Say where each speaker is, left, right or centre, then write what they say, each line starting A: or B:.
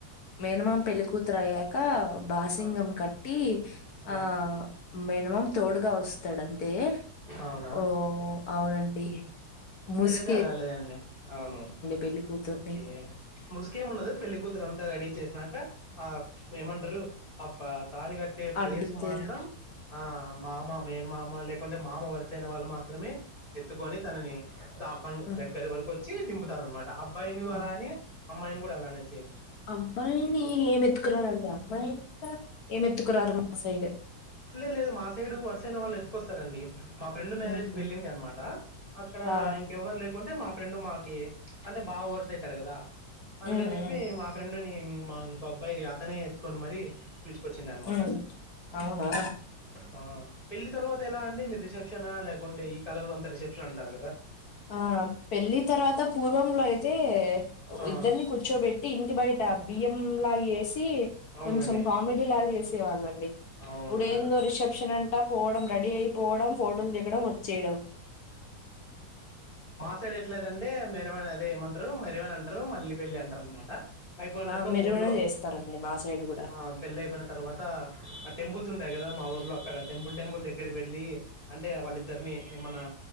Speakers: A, on the left; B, on the left.
A: మేనమామ పెళ్ళికూతురు అయ్యాక బాసింగం
B: ఆ
A: కట్టి అ
B: ఆ
A: మేనమామ తోడుగా వస్తాడుంతే
B: అవునా
A: ఓ అవునండి ముసు
B: అ అలా లేదండి అవును
A: పెళ్ళికూతుర్ని.
B: ఓకే ముసుకేమి ఉండదు పెళ్లి కూతురు అంతా రెడీ చేస్త ఆ ఏమంటరు అ తాళి కట్టే ప్లేస్
A: అడ్డుతెర
B: కు మాత్రం ఆ మామ మేన్ మామ లే అంటే మామ వరుసైన వాళ్ళు మాత్రమే ఎత్తుకొని తనని
A: ఆ!
B: దగ్గర వరకు చి దింబతారా అబ్బాయిని వాలని
A: ఆ!
B: అమ్మాయిని కూడా అలానే సేమ్
A: అబ్బాయిని ఏం ఎత్తుకురారుండి అమ్మాయింట ఏంమెత్తుకురారు మా సైడ్
B: లే లేదు మా సైడు వరుసైన వాళ్ళు ఎత్తుకొస్తారంండి. మా ఫ్రెండ్ మ్యారేజ్
A: ఉమ్
B: పెళ్లివుండే అనమాట అక్కడ
A: ఆ
B: ఇంకెవ్వరు లే. కుంటే మా ఫ్రెండ్ మాకి అంటే బావ వరస అవుతాడు కదా అందుకని
A: ఉమ్ ఉమ్
B: చెప్పి మా ఫ్రెండ్ని మ ఒక అబ్బాయి అతనే ఎత్తుకొని మరి పిచుకొచ్చిడు అనమాట
A: ఉమ్ అవునా
B: హ పెళ్ళలి తర్వాత ఎలా అండి. మీరు రిసెప్షనా లేకుంటే ఈ కాలంలో అంత రిసెప్షన్ అంటారు. కదా
A: ఆ పెళ్ళి తర్వాత పూర్వంలో అయితే
B: ఆ
A: ఇద్దరిని కూర్చోబెట్టి ఇంటి బయట బియ్యం లాగా చేసి
B: అవునులేండి
A: కొంచెం కామెడీ లాగా చేసేవాళ్ళండి.
B: అవునా
A: ఇప్పుడేందో రిసెప్షన్ అంటా పోవడం రెడీ అయిపోవడం ఫోటోలు దిగడం వచ్చేయడం.
B: మాసాడు ఎట్లేదంటే మెరవన అదే ఏమంటారు మెరవన అంటారు మళ్ళీ పెళ్లి అంటారు అనమాట అయిపోయినాక
A: ఆ మెరుగున
B: ఊర్లో
A: చేస్తారండి మా సైడ్ కూడా
B: ఆ పెళ్ళి అయిపోయిన తర్వాత టెంపుల్స్ ఉంటాయి కదా మా ఊర్లో అక్కడ టెంపుల్ టెంపుల్స్ దగ్గరకి వెళ్ళి అంటే వాళ్ళిద్దరిని ఏమైన్నా